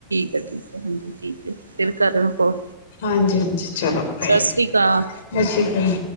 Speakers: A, on the right; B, on the left.
A: ਠੀਕ ਹੈ ਹਾਂਜੀ ਠੀਕ ਹੈ, ਫਿਰ ਕਰ ਹੋ
B: ਹਾਂਜੀ ਹਾਂਜੀ ਚਲੋ ਬਾਏ।
A: ਸਸ ਰੀ ਕਾਲ।
B: ਸਤਿ ਸ਼੍ਰੀ ਅਕਾਲ।